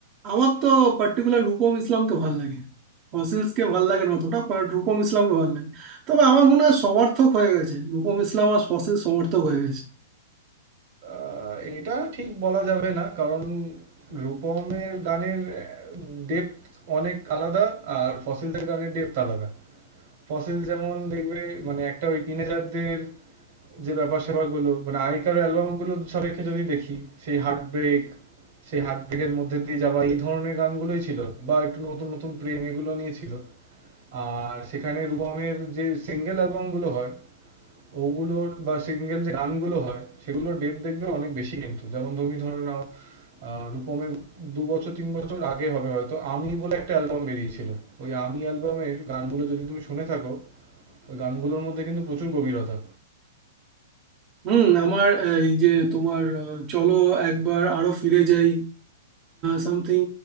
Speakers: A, on the right (about 35°); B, on the right (about 55°).
A: আমার তো পার্টিকুলার রূপম ইসলামকে ভাল লাগে ফসিলসকে ভাল লাগে না অতটা বাট রূপম ইসলামকে ভাল লাগে তবে আমার মনে হয় সমর্থক হয়ে গেছে রূপম ইসলাম আর ফসিল সমর্থক হয়ে গেছে
B: আহ, এটা ঠিক বলা যাবে না কারণ রূপমের গানের ডেপথ অনেক আলাদা আর ফসিলসের গানের ডেপথ আলাদা ফসিল যেমন দেখবে মানে একটা ওই টিনেজারদের যে ব্যাপার স্যাপারগুলো মানে আগেকার অ্যালবামগুলো সাপেক্ষে যদি দেখি সেই হার্ট ব্রেক সেই হার্ট ব্রেকের মধ্যে দিয়ে যাওয়া এই ধরনের গানগুলোই ছিল বা একটু নতুন নতুন প্রেম এগুলো নিয়ে ছিল আর সেখানে রূপমের যে সিঙ্গেল অ্যালবামগুলো হয় ওগুলোর বা সিঙ্গেল যে গানগুলো হয় সেগুলোর ডেপ দেখবে অনেক বেশি কিন্তু যেমন তুমি ধরে নাও আহ, রূপমের দু বছর তিন বছর আগে হবে হয়তো আমি বলে একটা অ্যালবাম বেরিয়েছিল ওই আমি অ্যালবামের গানগুলো যদি তুমি শুনে থাকো ওই গানগুলোর মধ্যে কিন্তু প্রচুর গভীরতা
A: হুম আমার আহ, এই যে তোমার আহ, চলো একবার আরো ফিরে যাই সামথিং